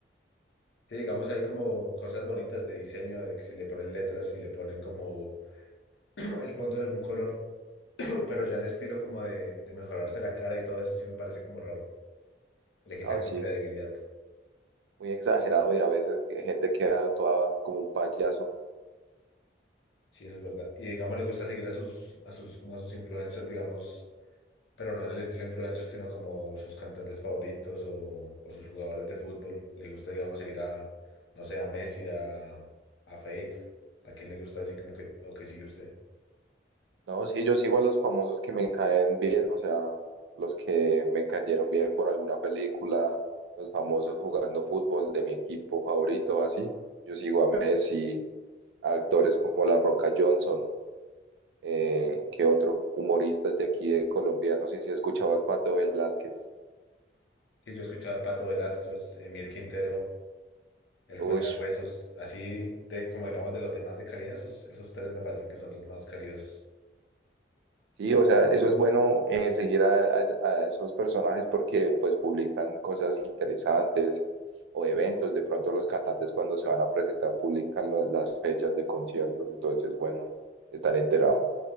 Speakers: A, on the left; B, on the right.
A: Sí, digamos ahí como cosas bonitas de diseño, de que si le ponen letras, si le ponen como <clears throat> el fondo de algún color. Pero ya el estilo como de, de mejorarse la cara y todo eso sí me parece como raro. Le quita
B: No,
A: como
B: sí,
A: credibilidad.
B: es muy exagerado y a veces que gente queda toda como un payaso.
A: Sí, eso es verdad. Y digamos, le gusta seguir a sus, a sus, como a sus influencers, digamos, pero no en el estilo influencer, sino como sus cantantes favoritos o, o sus jugadores de fútbol. Le gusta, digamos, seguir a, no sé, a Messi, a, a Fate, a quien le gusta así como que, o que sigue usted.
B: No, sí, yo sigo a los famosos que me caen bien, o sea, los que me cayeron bien por alguna película, los famosos jugando fútbol de mi equipo favorito, así. Yo sigo a Messi, a actores como La Roca Johnson, eh, que otros humoristas de aquí de Colombia, no sé si he escuchado al Pato Velázquez.
A: Sí, yo he escuchado al Pato Velasco, Emir Quintero, el
B: Uy,
A: Cuentahuesos, así de como digamos de los demás de calidad, esos, esos tres me parecen que son los más calidosos.
B: Sí, o sea, eso es bueno eh, seguir a, a- a esos personajes porque pues publican cosas interesantes o eventos. De pronto los cantantes cuando se van a presentar publican lo- las fechas de conciertos, entonces es bueno estar enterado.